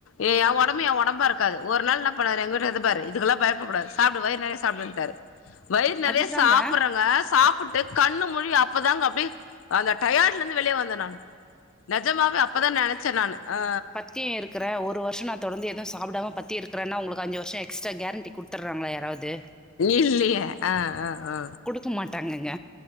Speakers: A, on the left; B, in the centre.
A: ஏ என் ஒடம்பு ஏன் ஒடம்பா இருக்காது ஒரு நாள் என்ன பண்ணாரு எங்க வீட்டுக்காரு இது பாரு இதுகெல்லா பயப்பு கூடாது சாப்டு வயிற் நெறையா சாப்புருன்டாறு வயிற் நெறையா
B: அதுதாங்க
A: சாப்புற்றங்க சாப்புட்டு கண்ணு முழி அப்பதாங்க அப்டியே அந்த டயாட்லெந்து வெளியே வந்தே நானு நெஜமாவே அப்பதா நெனச்சே நானு ஆ
B: பத்தியே இருக் இருக்குறே ஒரு வர்ஷோ நா தொடந்து எதுவு சாப்டாம பத்தியோ இருக்கறேன்னா உங்ளுக்கு அஞ்சு வர்ஷோ எக்ஸ்ட்ரா கேரண்டி குடுத்துறாங்களா யாராவ்து
A: இல்லியே ஆ ஆ ஆ
B: குடுக்க மாட்டாங்கங்க